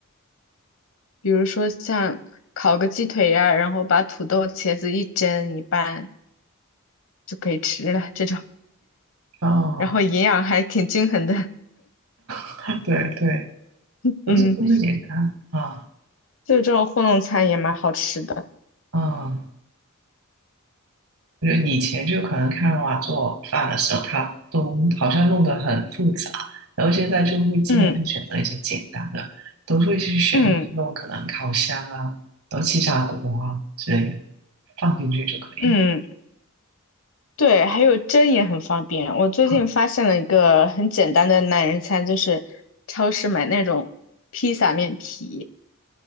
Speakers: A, on the left (about 65°); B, on the right (about 75°).
A: 比如说像烤个鸡腿呀、然后把土豆、茄子一蒸一拌就可以吃了这种。
B: 哦，
A: 然后营养还挺均衡的，
B: <laughs> 对对，
A: <laughs>
B: 都是都是简单啊
A: 嗯，就这种糊弄餐也蛮好吃的，
B: 啊。我觉得以前就可能看娃做饭的时候，他都好像弄得很复杂，然后现在就会尽量去选择一些简单的，
A: 嗯
B: 都会去选那些那种可能烤箱啊，
A: 嗯
B: 然后气炸锅啊之类的，放进去就可以了。
A: 嗯，对，还有蒸也很方便。我最近发现了一个很简单的懒人餐，
B: 啊
A: 就是超市买那种披萨面皮，